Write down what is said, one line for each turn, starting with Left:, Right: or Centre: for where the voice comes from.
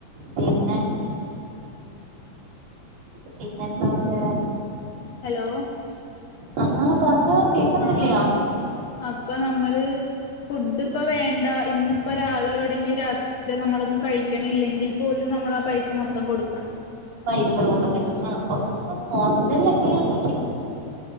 Right: പിന്നെ പിന്നെന്തോണ്ട്
Left: ഹലോ
Right: ആഹ് പറഞ്ഞോ കേക്ക കുന്നില്ല്യ
Left: ആഹ് അപ്പൊ നമ്മള് ഫുഡിപ്പോ വേണ്ട ഇന്നിപ്പോ രാവിലെ ഒടങ്ങി രാത്രി നമ്മളൊന്നും കഴിക്കിണില്ലെങ്കിൽ പോലും നമ്മൾ ആ പൈസ മൊത്തം കൊടുക്കണം
Right: പൈസ കൊടുക്കണം ആ അപ്പൊ ഹോസ്റ്റലൊക്കെയ നി